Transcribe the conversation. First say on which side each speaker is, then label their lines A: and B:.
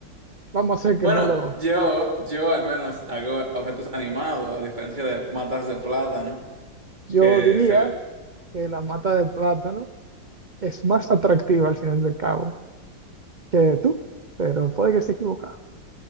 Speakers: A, on the right; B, on the right.
A: vamos a hacer que
B: Bueno,
A: no lo...
B: yo, yo al menos hago objetos animados, a diferencia de matas de plátano,
A: Yo
B: que
A: diría
B: se ve.
A: que la mata de plátano es más atractiva al final del cabo que tú, pero puede que esté equivocado.